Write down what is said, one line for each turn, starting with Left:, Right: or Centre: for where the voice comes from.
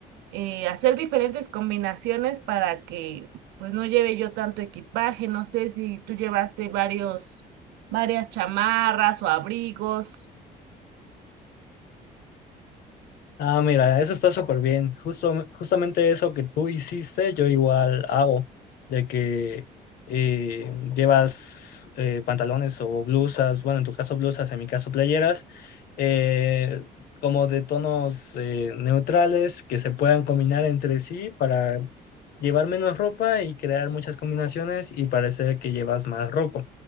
Right: eh, hacer diferentes combinaciones para que pues no lleve yo tanto equipaje. No sé si tú llevaste varios, varias chamarras o abrigos.
Left: Ah, mira, eso está súper bien. Justo, justamente eso que tú hiciste, yo igual hago, de que eh, llevas eh, pantalones o blusas, bueno, en tu caso blusas, en mi caso playeras, eh, como de tonos eh, neutrales que se puedan combinar entre sí para llevar menos ropa y crear muchas combinaciones y parecer que llevas más ropa.